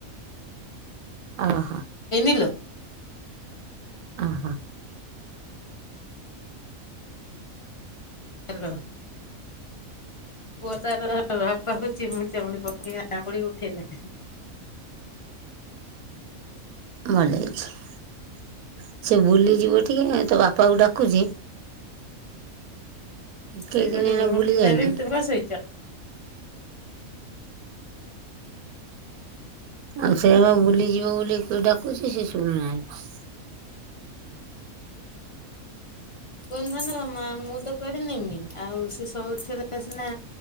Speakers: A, on the right (about 85°); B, on the left (about 45°).
A: ଅ ହଁ।
B: ହେଇନିଲୋ।
A: ଅ ହଁ।
B: ହାଲୋ। ପୁଅ ତାର ବାପାକୁ ଚିମୁଡି ଚାମୁଡି ପକେଇ ଆମୁଡି ଉଠେଇଲା।
A: ଭଲ ହେଇଛି ସେ ବୁଲିଯିବ ଟିକେ ତ ବାପାକୁ ଡାକୁଛି। କେଇ
B: ସେ କହୁଛି
A: ଦିନ ହେଲା
B: ମୁଁ
A: ବୁଲି
B: ଉଠି
A: ଯାଇନି
B: ସାରିଲଣି ତୁ କଣ ଶୋଇଛ?
A: ଆଉ ସେ ବୁଲିଯିବ ବୋଲି ଡାକୁଛି ସେ ଶୁଣନାନ୍ତି।
B: କ ଧାନ ମା ମୁଁ ତ କଆ ନେମି ଆଉ ସେ ସବୁଠରେ ସିନା